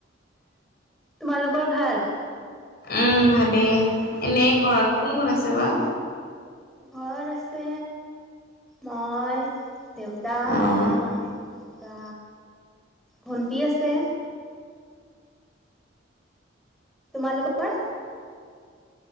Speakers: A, in the centre; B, on the left.
A: তোমালোকৰ ভাল
B: উম ভালেই, এনে ঘৰত কোন কোন আছে বা?
A: ঘৰত আছে, মই দেউতা,
B: অ
A: মা, বা, ভণ্টি আছে। তোমালোকৰ?